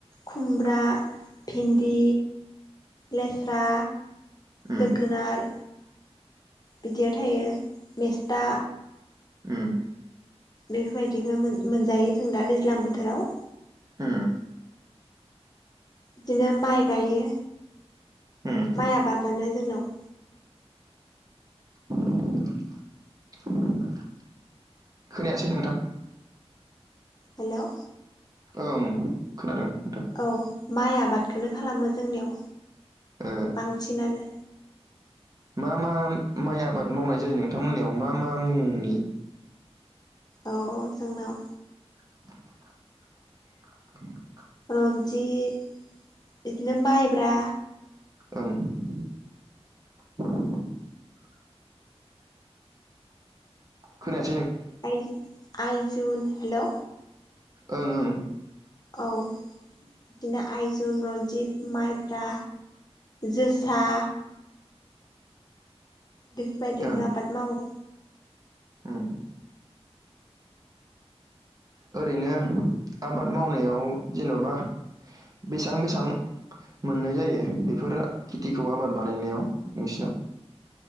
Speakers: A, on the left; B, on the right.
A: खुमब्रा
B: <inaudible>
A: भिन्दि लेस्रा
B: उम
A: जोगोनार बिदियाव थायो मेस्ता
B: उम
A: बेफोरबायदिखौ मोन-मोनजायो जों दा दैज्लां बोथोराव।
B: ओम
A: बिदिनो माइ गायो।
B: उम
A: माइ आबादानो जोंनाव
B: <unintelligible> खोनायासै नोंथां।
A: हेल'
B: ओं खोनादों नोंथां
A: औ माइ आबादखोनो खालामो जोंनियाव
B: ओ
A: बांसिनानो
B: मा मा मा माइ आबाद मावनाय जायो नोंथांमोननियाव मा मा मुंनि?
A: औ जोंनाव
B: <unintelligible>
A: रन्जित बिदिनो माइब्रा
B: <unintelligible> <unintelligible>
A: आइ-आइजुन हेलौ
B: ओं ओं
A: औ बिदिनो आइजुन रन्जित माइब्रा जोसा बेफोर बायदिखौ
B: ओं
A: आबाद मावो
B: ओं ओरैनो आबाद मावनायाव जेन'बा बेसां बेसां मोननाय जायो बेफोर खेथिखौ आबाद बानायनायाव नोंसिनाव